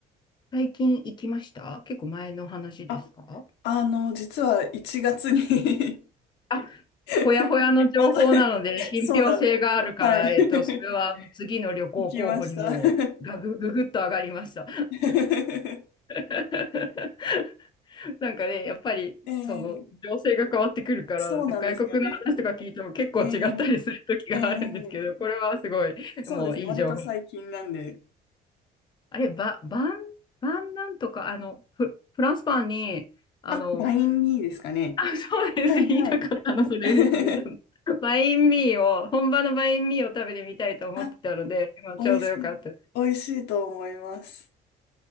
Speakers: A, on the left (about 25°); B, on the left (about 80°).
A: 最近行きました結構前の話ですか
B: あ、あの、実は1月に
A: あ、
B: <laughs>
A: ほやほやの情報なので、
B: また、
A: 信憑性があるから、
B: そうなんです。はい。
A: えっと、それは次の旅行候補にもうガグ、
B: <laughs> 行きました。
A: ググッと上がりました。
B: <laughs>
A: <laughs> なんかね、やっぱり、
B: ええ
A: その、情勢が変わってくるから、
B: そうなんですよね。
A: 外国の話とか聞いても結構違ったりする時があるんですけど、
B: ええええ
A: これはすごい、
B: そうですね。
A: もういい情報。
B: 割と最近なんで。
A: あれ、ば、ばん、ばんなんとか、あの、フ、フランスパンに、あの、
B: あ、LINE にですかね。
A: あ、そうです。
B: はいはい。
A: 言いたかったの、それです。
B: <laughs>
A: ベトナム。バインミーを、本場のバインミーを食べてみたいと思ってたので、
B: あ、
A: 今ちょうどよかったです
B: 美味しい。美味しいと思います。